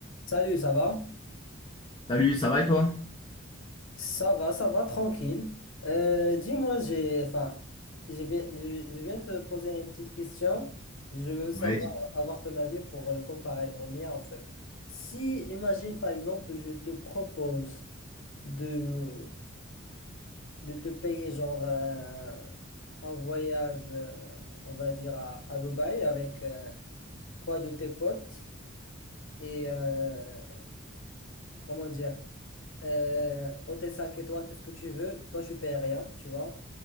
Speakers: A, on the left; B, on the left.
A: Salut, ça va?
B: Salut, ça va et toi?
A: Ça va, ça va, tranquille. Euh, dis-moi, j'ai, enfin, j'ai bien, je, je viens de te poser une petite question. Je veux savoir,
B: Ouais, dis-
A: avoir ton avis pour le comparer au mien, en fait. Si, imagine, par exemple, je te propose de, de te payer, genre, euh, un voyage, euh, on va dire, à, à Dubaï avec euh, trois de tes potes et, euh, comment dire? euh, hôtel 5 étoiles, tout ce que tu veux. Toi, tu payes rien, tu vois.